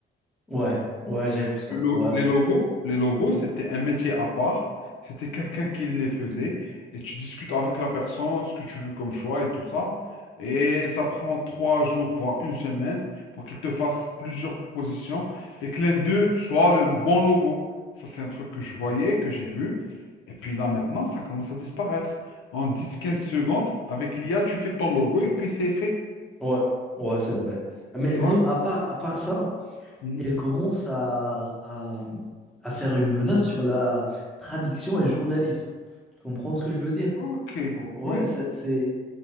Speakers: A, in the centre; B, on the left.
A: Ouais, ouais, j'ai vu ça.
B: Le lo-
A: Ouais,
B: Les logos, les logos, c'était un métier à part. C'était quelqu'un qui les faisait. Et tu discutes avec la personne, ce que tu veux comme choix et tout ça. Et ça prend trois jours, voire une semaine, pour qu'il te fasse plusieurs propositions et que l'un d'eux soit le bon logo. Ça, c'est un truc que je voyais, que j'ai vu. Et puis là, maintenant, ça commence à disparaître. En dix quinze secondes, avec l'IA, tu fais ton logo et puis c'est fait.
A: ouais, ouais, c'est vrai. Mais
B: Tu
A: même
B: vois?
A: à part, à part ça,
B: Mhm.
A: elle commence à, à, à faire une menace sur la traduction et journalisme. Tu comprends ce que je veux dire?
B: Ok.
A: En- Ouais,
B: Oui.
A: c'est c'est